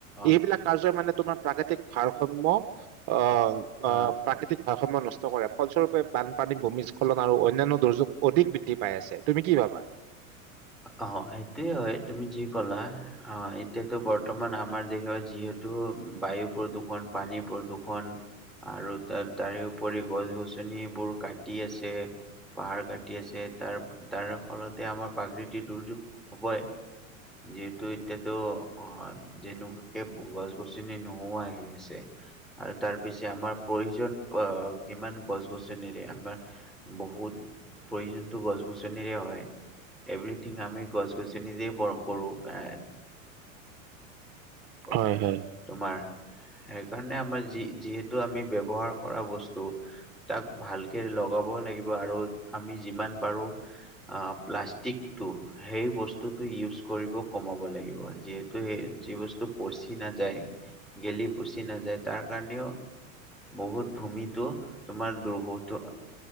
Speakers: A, in the centre; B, on the right.
A: অ
B: এইবিলাক কাৰ্যই মানে তোমাৰ প্ৰাকৃতিক ভাৰসাম্য আহ আহ
A: অ
B: প্ৰাকৃতিক ভাৰসাম্য নষ্ট কৰে ফলস্বৰূপে বানপানী ভূমিস্খলন আৰু অন্যান্য দুৰ্যোগ অধিক বৃদ্ধি পাই আছে। তুমি কি ভাবা?
A: অ' সেইটোয়ে হয় তুমি যি ক'লা। অ' এতিয়াতো বৰ্তমান আমাৰ দেখা যিহেতু বায়ু প্ৰদূৰ্ষণ পানী প্ৰদূৰ্ষন আৰু তাত তাৰে উপৰি গছ গছনিবোৰ কাটি আছে। পাহাৰ কাটি আছে তাৰ তাৰ ফলতে আমাৰ প্ৰাকৃতিৰ দুৰ্যোগ হ'বই। যিহেতু এতিয়াতো হয়। যেনেকুৱাকে গছ গছনি নোহোৱাই হৈ আছে। আৰু তাৰ পিছে আমাৰ প্ৰয়োজন আহ কিমান গছ গছনিৰে আমাৰ বহুত প্ৰয়োজনতো গছ গছনিৰে হয়। এভৰিথিং আমি গছ গছনিৰেই ব কৰোঁ, এঁ- পৱা
B: হয় হয়
A: তোমাৰ- সেইকাৰণে আমাৰ যি যিহেতু আমি ব্যৱহাৰ কৰা বস্তু- তাক ভালকে লগাব লাগিব আৰু আমি যিমান পাৰো আহ প্লাচ- ষ্টিকটো সেই বস্তুটো ইউজ কৰিব কমাব লাগিব। যিহেতু সেই যি বস্তু- পচি নাযায়, গেলি পচি নাযায় তাৰ কাৰণেও- বহুত ভূমিতো তোমাৰ দুৰহত-